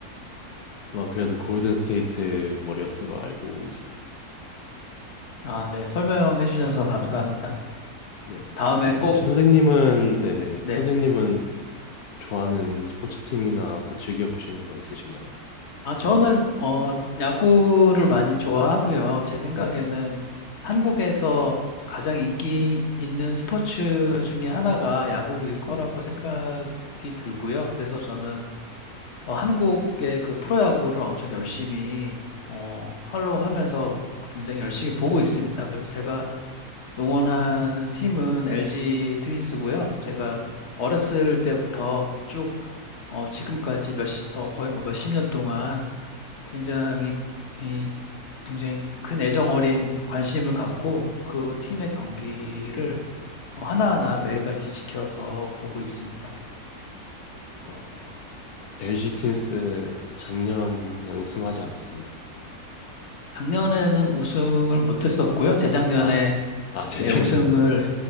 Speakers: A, on the left; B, on the left.
A: 아마 그래서 골든 스테이트 머리였스로 알고 있어요.
B: 아, 네. 설명해 주셔서
A: 네.
B: 감사합니다.
A: 네. 네.
B: 다음에 꼭,
A: 혹시 선생님은 네네
B: 네.
A: 선생님은 좋아하는 스포츠 팀이나 뭐 즐겨 보시는 거 있으신가요?
B: 아, 저는, 어, 야구를 많이 좋아하고요. 제 생각에는 한국에서 가장 인기 있는 스포츠 중에 하나가 야구일 거라고 생각이 들고요. 그래서 저는, 어, 한국의 그 프로야구를 엄청 열심히, 어, 팔로우 하면서 굉장히 열심히 보고 있습니다. 그래서 제가 응원하는 팀은 LG 트윈스고요. 제가 어렸을 때부터 쭉 어, 지금까지 몇 시, 어, 거의 뭐 몇십 년 동안 굉장히 이 굉장히 큰 애정 어린 관심을 갖고 그 팀의 경기를 어, 하나하나 매일같이 지켜서 보고 있습니다.
A: 어, 어, LG 윈스 작년에 우승하지 않았었나요?
B: 작년에는 우승을 못했었고요. 재작년에
A: 아, 아 <laughs> 재작년에.
B: 예, 우승을